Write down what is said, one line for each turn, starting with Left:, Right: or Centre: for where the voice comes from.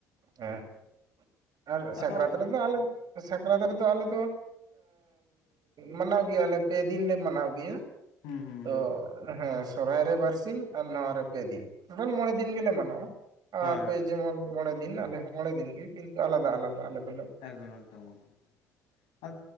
Right: ᱦᱮ <inaudible> ᱟᱨ
Left: ᱟᱫᱚ
Right: ᱥᱟᱠᱨᱟᱛ ᱨᱮᱫᱚ ᱟᱞᱮ
Left: ᱦᱮᱸ
Right: ᱥᱟᱠᱨᱟᱛ ᱨᱮᱫᱚ ᱟᱞᱮ ᱫᱚ ᱢᱟᱱᱟᱣ ᱜᱮᱭᱟᱞᱮ ᱯᱮ ᱫᱤᱱ ᱞᱮ ᱢᱟᱱᱟᱣ ᱜᱮᱭᱟ᱾
Left: ᱦᱩᱸ ᱦᱩᱸ,
Right: ᱛᱚ
Left: ᱦᱩᱸ
Right: ᱦᱮᱸ ᱥᱚᱨᱦᱟᱭ ᱨᱮ ᱵᱟᱨ ᱥᱤᱧ ᱟᱨ ᱱᱟᱣᱟ ᱨᱮ ᱯᱮ ᱫᱤᱱ ᱴᱳᱴᱟᱞ ᱢᱚᱬᱮ ᱫᱤᱱ ᱜᱮᱞᱮ ᱢᱟᱱᱟᱣ-ᱟ᱾ ᱟᱯᱮ
Left: ᱦᱳᱭ ᱦᱳᱭ
Right: ᱡᱮᱢᱚᱱ ᱢᱚᱬᱮ ᱫᱤᱱ ᱟᱞᱮ ᱦᱚᱸ ᱢᱚᱬᱮ ᱫᱤᱱ ᱜᱮ ᱠᱤᱱᱛᱩ ᱟᱞᱟᱫᱟ ᱟᱞᱟᱫᱟ ᱟᱞᱮ ᱫᱚ᱾
Left: ᱮᱠᱫᱚᱢ ᱮᱠᱫᱚᱢ ᱜᱟᱝᱠᱮ,